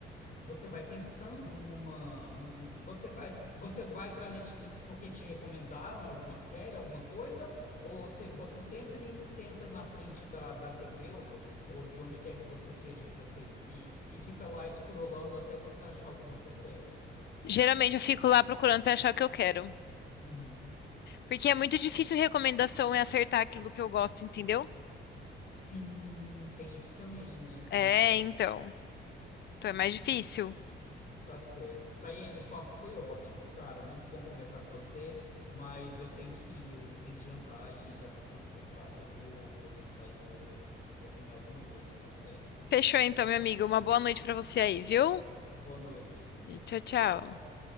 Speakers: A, on the left; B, on the left.
A: você vai pensando numa, num- você vai, você vai para Netflix porque te recomendaram alguma série, alguma coisa, ou você, você sempre senta na frente da, da TV ou, do, ou de onde quer que você seja que você e, e fica lá escrolando até você achar o que você quer?
B: Geralmente eu fico lá procurando até achar o que eu quero.
A: Uhum.
B: Porque é muito difícil recomendação e acertar aquilo que eu gosto, entendeu?
A: Sim, tem isso também, né? Tem
B: É,
A: isso também.
B: então. Então é mais difícil.
A: Tá certo. Tayane, o papo foi ótimo, cara. Muito bom conversar com você, mas eu tenho que ir, eu tenho que jantar e já tá ficando um pouco tarde. Eu vou, vou jantar e vou, vou comer alguma coisa, tá certo?
B: Fechou então, minha amiga. Uma boa noite pra você aí, viu?
A: boa noite.
B: E tchau, tchau.
A: Tchau, tchau.